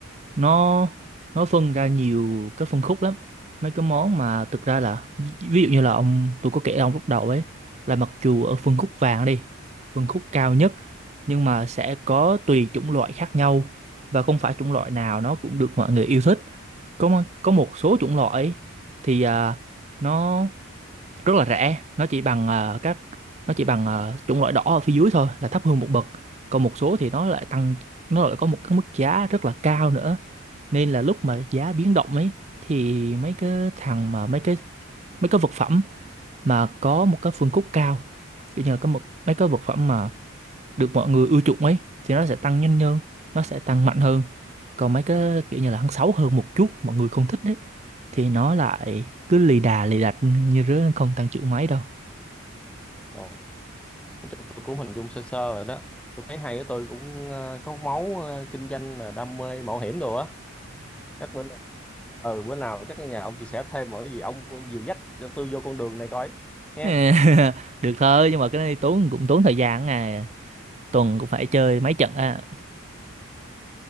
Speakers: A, on the right; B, in the centre.
A: nó nó phân ra nhiều cái phân khúc lắm mấy cái món mà thực ra là ví ví dụ như là ông tôi có kể ông lúc đầu ấy là mặc dù ở phân khúc vàng đi phân khúc cao nhất nhưng mà sẽ có tùy chủng loại khác nhau và không phải chủng loại nào nó cũng được mọi người yêu thích có mo- có một số chủng loại ấy thì à, nó rất là rẻ nó chỉ bằng ờ, các nó chỉ bằng ờ, chủng loại đỏ ở phía dưới thôi là thấp hơn một bậc còn một số thì nó lại tăng nó lại có một cái mức giá rất là cao nữa nên là lúc mà giá biến động ấy thì mấy cái thằng mà mấy cái mấy cái vật phẩm mà có một cái phân khúc cao kiểu như là có một mấy cái vật phẩm mà được mọi người ưa chuộng ấy thì nó sẽ tăng nhanh hơn nó sẽ tăng mạnh hơn còn mấy cái kiểu như là hắn xấu hơn một chút mọi người không thích đấy thì nó lại cứ lì đà lì đạch như rứa không tăng trưởng mấy đâu
B: Ồ, chúng tôi cũng hình dung sơ sơ rồi đó. Tôi thấy hay á, tôi cũng ờ, có máu ờ, kinh doanh là đam mê mạo hiểm đồ á. Chắc bữa ừ bữa nào chắc ở nhà ông chia sẻ thêm mọi cái gì ông dìu dắt cho tôi vô con đường này coi nghe
A: <laughs> được thôi nhưng mà cái này tốn cũng tốn thời gian à tuần cũng phải chơi mấy trận à